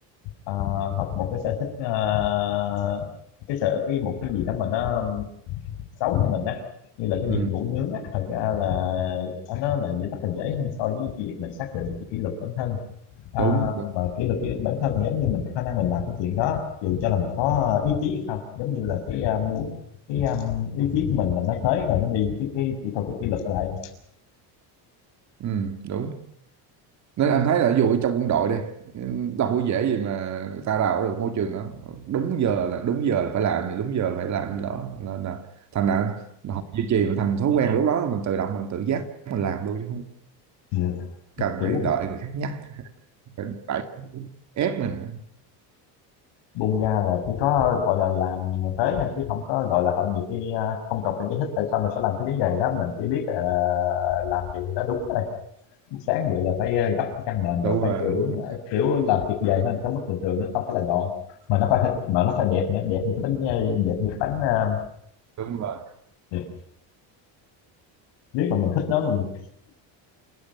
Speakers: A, on the left (about 70°); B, on the right (about 40°).
A: ờ, học một cái sở thích ờ, cái sở cái một cái gì đó mà nó xấu cho mình á như là cái
B: ừ,
A: việc ngủ nướng á thật ra là à, nó là gì rất là dễ hơn so với cái việc mình xác định được cái kỷ luật bản thân À,
B: đúng, đúng.
A: mà kỷ luật cái bản thân là giống như mình có khả năng mình làm cái chuyện đó dù cho là mình có ý chí hay không giống như là cái à, muốn cái à, ý chí của mình là nó tới rồi nó đi cái cái kỹ thuật cái kỷ luật lại
B: Ừ, đúng nên anh thấy là ví dụ trong quân đội đi đâu có dễ gì mà người ta đào được môi trường đó đúng giờ là đúng giờ là phải làm thì đúng giờ phải làm gì đó nên là thành ra họ duy trì nó thành thói quen lúc đó mình tự động mình tự giác mình làm luôn chứ không
A: Ừ.
B: cần
A: kiểu
B: phải đợi người khác nhắc phải phải ép mình
A: bung ra là chỉ có gọi là làm tới hay chứ không có gọi là họ nhiều khi à, không cần phải giải thích tại sao mình phải làm cái vấn đề đó mình chỉ biết à, làm gì là đúng thôi sáng dậy là phải à, gấp cái chăn mền
B: đúng
A: rồi
B: rồi
A: phải vừa
B: đúng
A: đúng
B: rồi
A: à, kiểu làm tuyệt vời hơn cái mức bình thường nó không phải là gọn mà nó phải mà nó phải đẹp nữa đẹp như cái bánh à, đẹp như cái bánh à,
B: đúng rồi
A: Yeah, biết là mình thích nó luôn.